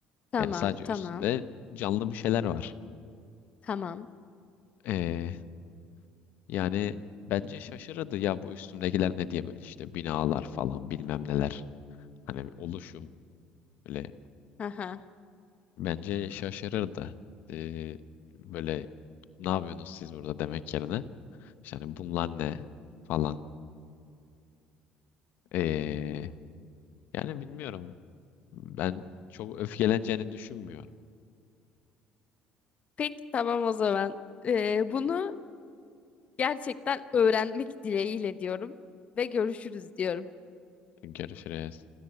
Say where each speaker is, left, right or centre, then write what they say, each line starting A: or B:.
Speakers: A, on the left; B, on the left.
A: Tamam.
B: Yani sadece
A: Tamam.
B: üstünde canlı bir şeyler var.
A: Tamam.
B: Ee, yani bence şaşırırdı ya bu üstümdekiler ne diye böyle işte binalar falan bilmem neler. Hani oluşum böyle
A: Haha.
B: bence şaşırırdı. Ee, böyle ne yapıyorsunuz siz burada demek yerine. İşte hani bunlar ne falan. Ee, Yani bilmiyorum. Ben çok öfkeleneceğini düşünmüyorum.
A: Peki tamam o zaman. Ee, bunu gerçekten öğrenmek dileğiyle diyorum ve görüşürüz diyorum.
B: Görüşürüz.